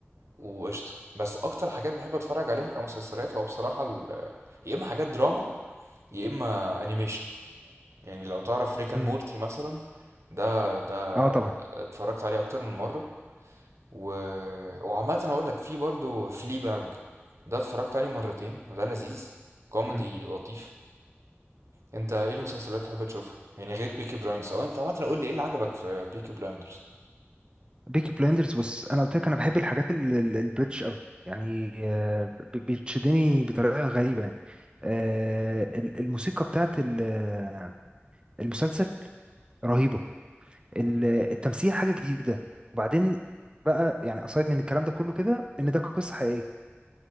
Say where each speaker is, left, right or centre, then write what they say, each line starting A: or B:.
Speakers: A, on the right; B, on the right.
A: وقشطه بس اكتر حاجات بحب اتفرج عليها كمسلسلات هو بصراحه ال- يا اما حاجات دراما يا اما انيميشن يعني لو تعرف ريكان
B: امم
A: مورتي مثلا ده ده
B: اه طبعا
A: اتفرجت عليه اكتر من مره و... وعامه هقول لك في برضو فلي باج ده اتفرجت عليه مرتين ده لذيذ كوميدي
B: امم
A: لطيف انت ايه المسلسلات اللي بتحب تشوفها يعني غير بيكي بلايندرز او انت عامه قول لي ايه اللي عجبك في بيكي بلايندرز
B: بيكي بلايندرز بص انا قلت لك انا بحب الحاجات ال- ال- البريتش قوي يعني آه، ب- بتشدني بطريقه غريبه يعني آه، ال- الموسيقى بتاعت ال- آه، المسلسل رهيبه ال- التمثيل حاجه جديده وبعدين بقى يعني اصide من الكلام ده كله كده ان ده قصه حقيقيه